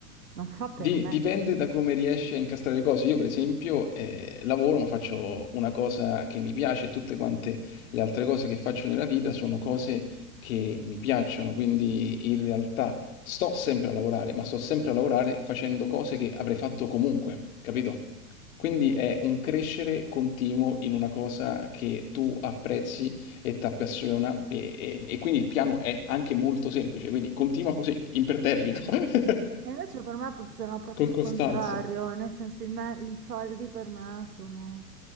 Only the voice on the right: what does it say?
non fa per
me.
Sì.
E invece per me funziona proprio
il contrario, nel senso, i me- i soldi per me sono...